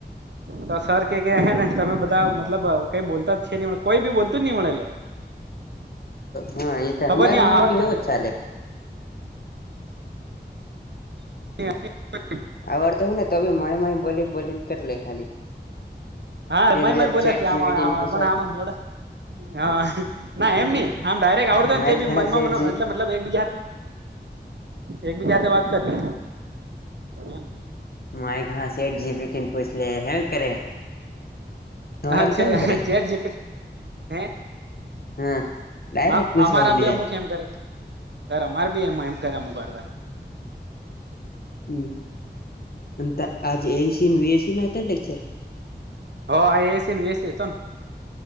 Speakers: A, on the right; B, on the left.
A: તો સર કે કેને તમે બધા મતલબ કઈ બોલતા જ છે નહી કોઈ બી બોલું જ નઈ મળેલે
B: હા એ તો
A: ખબર
B: હમા
A: નઈ
B: ઉમમાં
A: આવડ
B: ભી હો ચાલે
A: <inaudible>
B: આર તો હોય ને તોબી માય માય બોલી બોલીને કર લે ખાલી
A: હા
B: નિર્વ્યા
A: મ બોલ્યા
B: ચેટ જીપીટી
A: આમાં આમાં
B: ને પૂછો
A: આવે પણ આમાં મોડા હા ના એમ નહ આમ ડાયરેક્ટ આવડતો હો
B: માય
A: ને બી
B: ઘણા
A: મનમાં
B: શેઠ જી
A: એટલે મતલબ એક બી જાતે એક બી જાતે વાત કર લે એમ
B: માઈ ઘણા સેટ જીબી ટીન પૂછ લે હે કરે હરામ
A: આ છે
B: થેમ કરે
A: હે ચેટ જીપીટી હે
B: હા ડાયરેક્ટ
A: હ
B: પૂછવા
A: અમારા
B: મંડી
A: આમબી
B: જાય
A: અમુક એમ કરે છે સર અમારે બી એમમાં એમ કર્યામ કરતા
B: હમ અને આજ એસી વીએસી ના હતા ને લેક્ચર
A: હ એસીએસી હતો ને